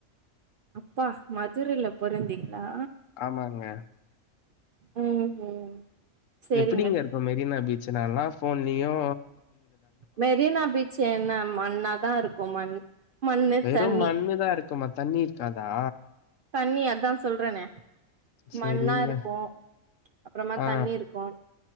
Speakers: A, on the right (about 60°); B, on the left (about 75°).
A: அப்பா மதுரைல பொறந்தீங்ளா
B: ஆமாங்க
A: ம் ம் சேரிங்க
B: எப்டிங்க இருக்கு மெரினா பீச் நான்லா போன்லயு
A: மெரினா பீச் என்ன மண்ணாதா இருக்கு மண் மண்ணு
B: வெறும்
A: தண்ணி
B: மண்ணுதா இருக்குமா தண்ணி இருக்காதா
A: தண்ணி அதா சொல்றனே
B: சேரிங்க
A: மண்ணா இருக்கு அப்றமா
B: ஆ
A: தண்ணி இருக்கு